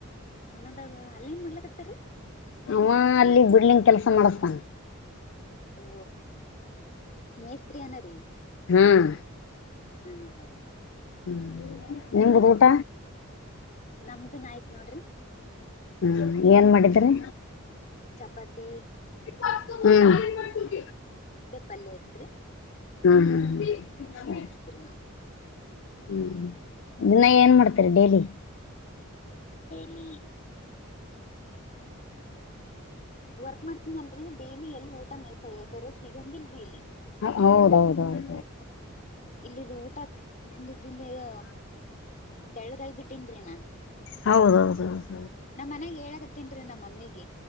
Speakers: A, on the left; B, on the left.
A: ಪುನದಾಗ ಅಲ್ಲ ಏನ್ ಮಾಡ್ಲಕತ್ತಾರ
B: ಅವ ಅಲ್ಲಿ ಬಿಡ್ಲಿಂಗ ಕೆಲಸ ಮಾಡಿಸತಾನ
A: ಓ ಮೇಸ್ತ್ರಿಯನ ರೀ
B: ಹ್ಮ್
A: ಹರದ
B: ಹ್ಮ ನಿಮ್ದುದು ಊಟ
A: ನಮ್ದುನ್ ಆಯ್ತ್ ನೋಡ್ರಿ
B: ಹ್ಮ ಏನ್ ಮಾಡಿದ್ರಿ
A: ಚಪಾತಿ
B: ಹ್ಮ್
A: ಪಲ್ಲಯತ್ರಿ
B: ಹ್ಮ್ ಹ್ಮ್ ಹ
A: ನಾವ್
B: ಹ್ಮ್ ದನ್ನ ಏನ್ ಮಾಡ್ತರಿ ಡೈಲಿ
A: ಲಿಿ ವರ್ಕ್ ಮಾಡ್ತೀನಿ ಅಲ್ರಿ ಡೈಲಿ ಎಲ್ಲಿ ಊಟ ಸೆರಿಯಾಗಿ ಸಿಗಂಗಿಲ್ರರಿ ಇಲ್ಲಿ
B: ಹೌದೌದೌದು
A: ಹ ಇಲ್ಲಿದು ಊಟ ತಿಂದು ತಿಂದ ಈಗ ತೆಳ್ಗೈ ಬಿಿಟ್ಟೇನ್ರೀ ನಾನ್
B: ಹೌದೌದೌದು
A: ನಮ್ಮ್ ಮನ್ಯಾಗ ಹೇಳಕತ್ತೇನ್ ರೀ ನಮ್ಮ್ ಮಮ್ಮಿಗೆ.